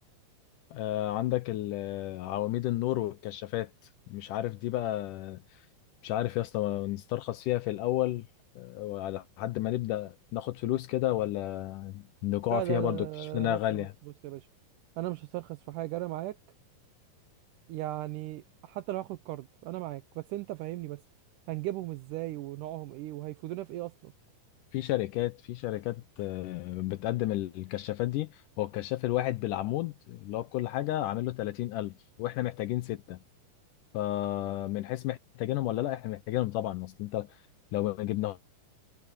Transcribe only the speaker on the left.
آه، عندك ال- آه، عواميد النور والكشافات مش عارف دي بقى مش عارف يا اسطى نسترخص فيها في الاول آه، وعلى حد ما نبدا ناخد فلوس كده ولا نقع
فيها
برضو
اكتشفنا
انها
غاليه
في شركات في شركات آه، بتقدم الكشافات دي هو الكشاف الواحد بالعمود اللي هو بكل حاجة عامل له 30000 واحنا محتاجين ستة فمن حيث محتاجينهم ولا لا احنا محتاجينهم طبعا اصل انت لو ما جبناهمش